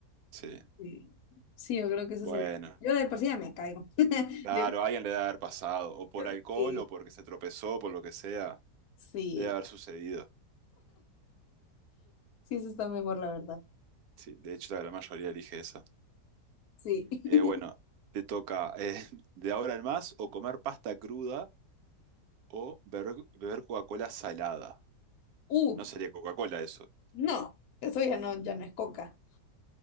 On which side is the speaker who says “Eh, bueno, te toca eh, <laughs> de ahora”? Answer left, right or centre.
Right